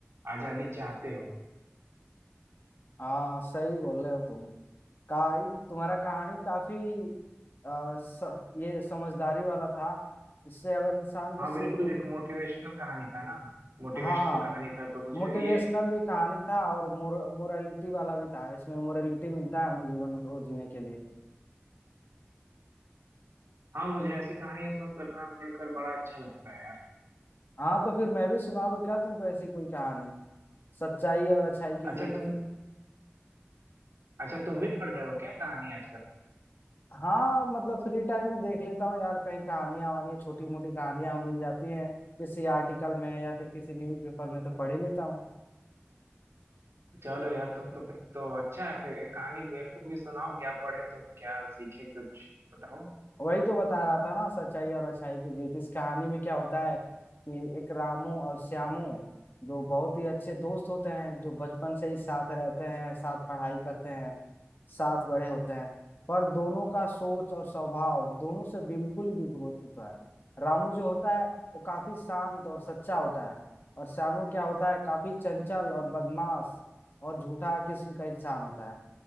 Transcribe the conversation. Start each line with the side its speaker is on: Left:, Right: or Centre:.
Right: आजादी चाहते हो
Left: हाँ सही बोल रहे हो तुम काइन तुम्हारा कहानी काफी आ, स, ये समझदारी वाला था इससे अगर इंसान को
Right: हाँ
Left: सीख
Right: बिल्कुल
Left: मिल
Right: एक मोटिवेशनल कहानी था ना मोटिवेशनल
Left: हाँ हाँ
Right: कहानी था तो मुझे
Left: मोटिवेशनल
Right: ये
Left: भी कहानी था और मोरालिटी वाला भी था इसमें मोरालिटी मिलता है हमें जीवन को जीने के लिए
Right: हाँ मुझे ऐसी कहानियां सुनकर ना पढ़कर बड़ा अच्छा लगता है यार
Left: हाँ तो फिर मैं भी सुना दूं क्या तुमको ऐसी कोई कहानी सच्चाई और अच्छाई की
Right: अच्छा
Left: जीत
Right: तुम अच्छा तुम भी पढ़ रहे हो क्या कहानी आजकल
Left: हाँ मतलब फ्री टाइम में देख लेता हूँ यार कहीं कहानियां वानियां छोटी मोटी कहानियां मिल जाती हैं किसी आर्टिकल में या फिर किसी न्यूज़पेपर में तो पढ़ ही लेता हूँ
Right: चलो यार तुम तो फिर तो अच्छा है फिर एक कहानी मेरे को भी सुनाओ क्या पढ़े तुम क्या सीखे कुछ बताओ
Left: वही तो बता रहा था ना सच्चाई और अच्छाई की जीत इस कहानी में क्या होता है कि एक रामू और श्यामू जो बहुत ही अच्छे दोस्त होते हैं जो बचपन से ही साथ रहते हैं साथ पढ़ाई करते हैं साथ बड़े होते हैं पर दोनों का सोच और स्वभाव दोनों से बिल्कुल ही विपरीत होता है रामू जो होता है वो काफी शांत और सच्चा होता है और श्यामू क्या होता है काफी चंचल और बदमाश और झूठा किस्म का इंसान होता है